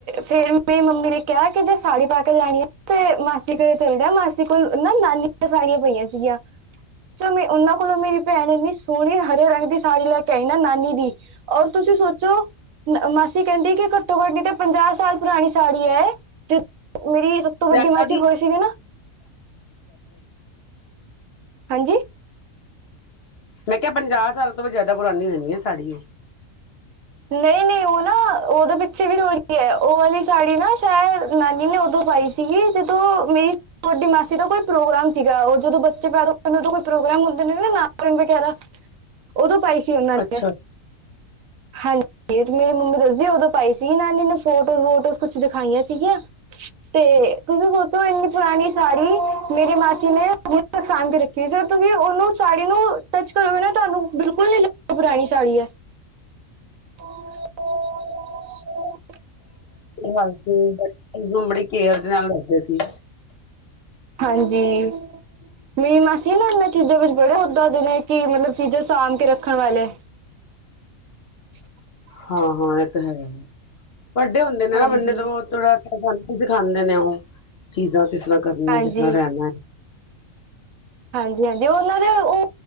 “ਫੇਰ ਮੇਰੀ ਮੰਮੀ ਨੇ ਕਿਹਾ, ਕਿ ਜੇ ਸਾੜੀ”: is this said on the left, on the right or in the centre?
Right